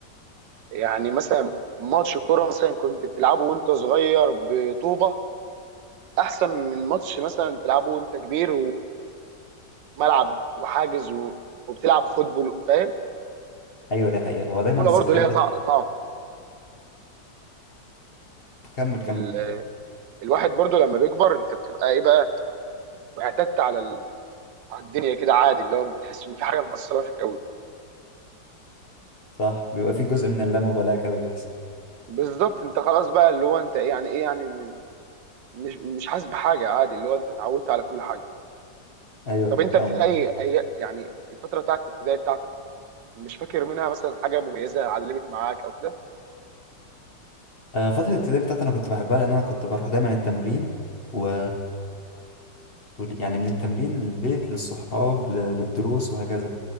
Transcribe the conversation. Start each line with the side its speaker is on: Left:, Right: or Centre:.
Right: يعني مثلا ماتش كوره مثلا كنت بتلعبه وانت صغير بطوبه احسن من ماتش مثلا بتلعبه وانت كبير وملعب وحاجز و... وبتلعب فوتبول فاهم؟
Left: ايوه دي حقيقة هو دايما
Right: الكوره
Left: الذكريات
Right: برضه ليها
Left: بتاعتك
Right: طع- طعم
Left: كمل كمل
Right: ال... الواحد برضه لما بيكبر انت بتبقى ايه بقى واعتدت على ال... على الدنيا كده عادي اللي هو بتحس ان في حاجه مأثره فيك قوي
Left: صح بيبقى في جزء من اللامبالاة كده بيحصل
Right: بالظبط انت خلاص بقى اللي هو انت إيه يعني ايه يعني م- مش مش حاسس بحاجه عادي اللي هو انت اتعودت على كل حاجه
Left: ايوه
Right: طب انت
Left: فاهمك
Right: ابتدائي أي- يعني الفتره بتاعت الابتدائي بتاعتك مش فاكر منها مثلا حاجه مميزه علمت معاك او كده
Left: آه، فترة الابتدائي بتاعتي انا كنت بحبها لان انا كنت بروح دايما التمرين و وال- يعني من التمرين للبيت للصحاب ل- للدروس وهكذا